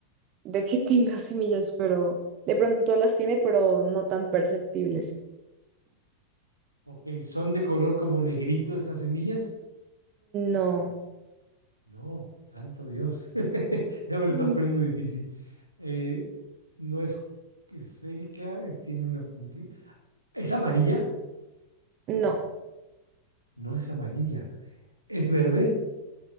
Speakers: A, on the right; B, on the right.
A: de que <laughs> tenga semillas, pero de pronto las tiene, pero no tan perceptibles.
B: Ok, ¿son de color como negrito esas semillas?
A: No,
B: No, santo Dios. <laughs> Ya me lo estás
A: Mm.
B: poniendo difícil. Eh, no es esférica, es- tiene una puntita. ¿Es amarilla?
A: no,
B: No es amarilla. ¿Es verde?